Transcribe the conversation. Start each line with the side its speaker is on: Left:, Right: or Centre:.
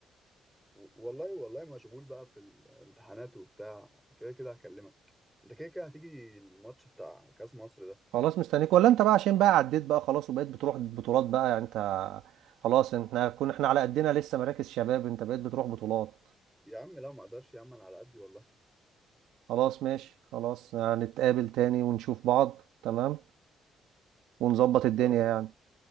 Centre: و- والله والله مشغول بقى في الامتحانات وبتاع كده كده هكلمك انت كده كده هتيجي الماتش بتاع كاس مصر ده
Right: خلاص مستنيك ولا انت بقى عشان بقى عديت بقى خلاص وبقيت بتروح بطولات بقى يعني انت خلاص احنا كنا احنا على قدنا لسه مراكز شباب انت بقيت بتروح بطولات
Centre: يا عم لا ما اقدرش يا عم انا على قدي والله
Right: خلاص ماشي خلاص هنتقابل تاني ونشوف بعض تمام ونظبط الدنيا
Centre: خلاص
Right: يعني